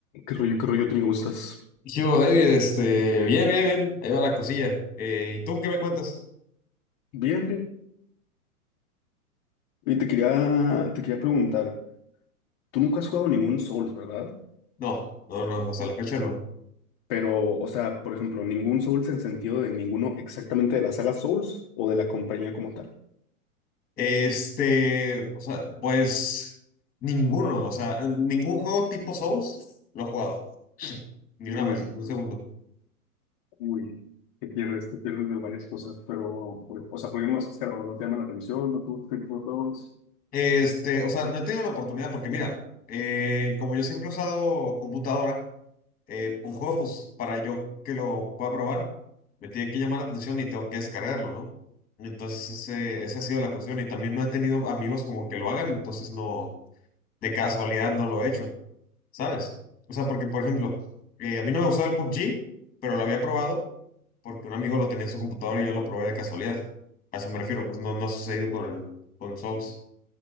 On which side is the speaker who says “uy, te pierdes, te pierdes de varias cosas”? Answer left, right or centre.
Left